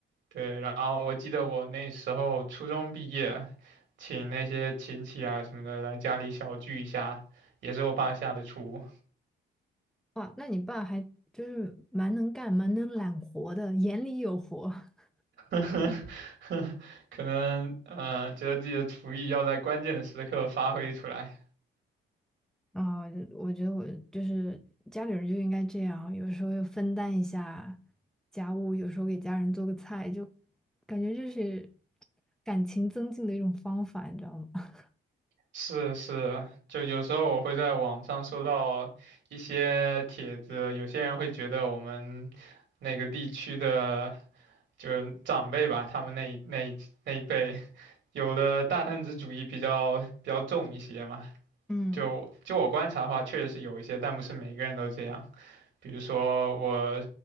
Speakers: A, on the right; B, in the centre.
A: 对，然后我记得我那时候初中毕业，请那些亲戚啊什么的来家里小聚一下，也是我爸下的厨。
B: 哇，那你爸还就是蛮能干、蛮能揽活的，眼里有活。<laughs>
A: <laughs> 可能呃，觉得自己的厨艺要在关键的时刻发挥出来。
B: 啊，我觉得我就是家里人就应该这样，有时候要分担一下家务，有时候给家人做个菜，就感觉就是感情增进的一种方法，你知道吗？<laughs>
A: 是是，就有时候我会在网上收到一些帖子，有些人会觉得我们那个地区的就是长辈吧，他们那一那一那一辈，有的大男子主义比较比较重一些嘛。
B: 嗯，
A: 就就我观察的话，确实是有一些，但不是每个人都这样。比如说我